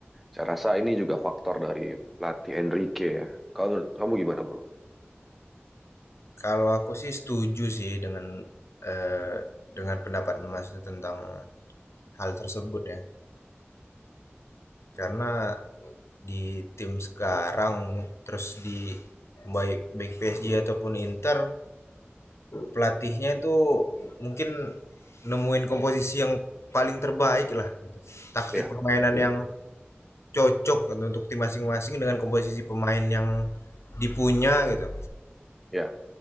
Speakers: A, in the centre; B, on the left.
A: saya rasa ini juga faktor dari pelatih Enrique ya. Kalau menurut kamu gimana bro?
B: Kalau aku sih setuju sih dengan, eee, dengan pendapat Mas itu tentang hal tersebut ya. Karena di tim sekarang, terus di baik baik PSG ataupun Inter, pelatihnya itu mungkin nemuin komposisi yang paling terbaik lah gitu. Taktik
A: Ya,
B: permainan
A: ya,
B: yang cocok gitu untuk tim masing-masing dengan komposisi pemain yang dipunya gitu.
A: ya,